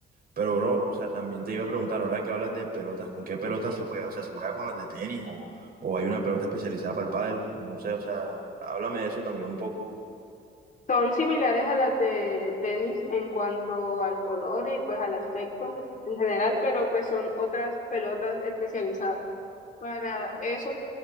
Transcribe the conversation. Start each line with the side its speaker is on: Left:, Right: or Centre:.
Right: Pero, bro, o sea, también te iba a preguntar, ahora que hablas de pelotas, ¿con qué pelotas se juega? O sea, ¿se juega con las de tenis o, o hay una pelota especializada para el pádel? No sé, o sea, háblame de eso también un poco.
Left: Son similares a las de tenis en cuanto al color y pues al aspecto en general, pero pues son otras pelotas especializadas para eso